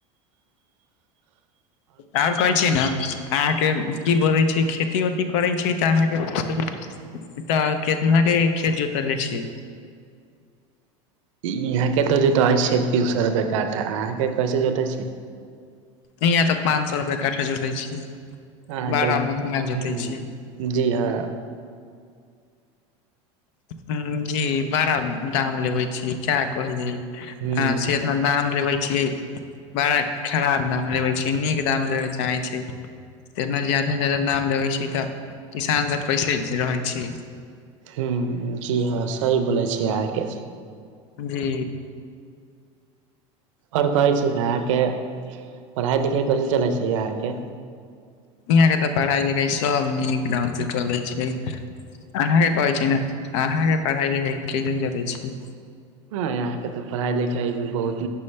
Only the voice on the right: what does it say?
इहाँके तऽ जोतआव छै तीन सए रुपै तऽ अहाँके कैसे जोते छियै
अहाँके
हूं
जी हँ
हूं
ह जी हँ सही बोले छी अहाँके
आओर कहै छी ने अहाँके पढ़ाई लिखाई कैसे चलै छी अहाँके
ह यहां के ते पढ़ाई लिखाई भी बहुत